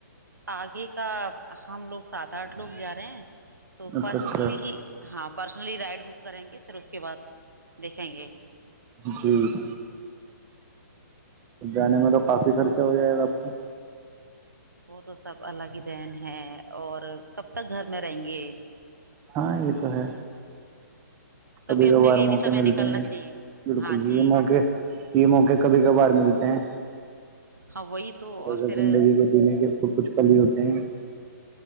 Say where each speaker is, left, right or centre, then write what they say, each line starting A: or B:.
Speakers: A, on the right (about 75°); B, on the right (about 15°).
A: آگے کا ہم لوگ سات آٹھ لوگ جا رہے ہیں تو
B: اچھا
A: پرسنلی
B: اچھا
A: ہی ہاں پرس لی رائڈ بک <unintelligible> کریں گے پھر اس کے بعد دیکھیں گے
B: جی <unintelligible> جانے میں تو کافی خرچہ ہو جائے گا آپ کو
A: وہ تو سب الگ ہی دین ہے اور کب تک گھر میں رہیں گے
B: ہاں یہ تو ہے کبھی
A: اپنے
B: کبھار
A: لیے بھی
B: موقع
A: سمے
B: ملتے
A: نکالنا
B: ہیں
A: چاہیے
B: بالکل
A: ہاں جی
B: یہ موقع یہ موقع کبھی کبھار ملتے ہوں
A: ہاں وہی تو
B: تھوڑا
A: اور
B: سا
A: پھر
B: زندگی کو جینے کے کچھ پلی ہی ہوتے ہیں